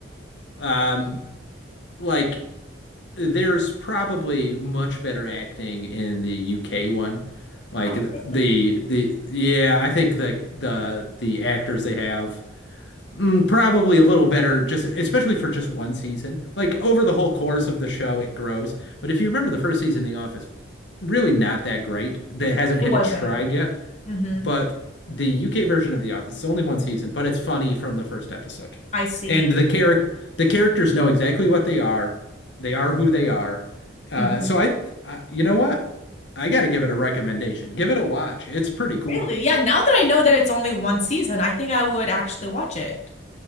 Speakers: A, on the left; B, on the left.
A: Um, like there's probably much better acting in the UK one. Like
B: Oh,
A: the
B: really?
A: the yeah, I think the the the actors they have Mm, probably a little better, just especially for just one season. Like over the whole course of the show, it grows. But if you remember the first season of The Office, really not that great. That hasn't hit
B: It wasn't.
A: its stride yet.
B: hmm
A: But the UK version of The Office is only one season, but it's funny from the first episode.
B: I see.
A: And the char the characters know exactly what they are. They are who they are. Uh,
B: Mm-hmm.
A: so I, I, you know what? I got to give it a recommendation. Give it a watch. It's pretty cool.
B: Really? Yeah, now that I know that it's only one season, I think I would actually watch it.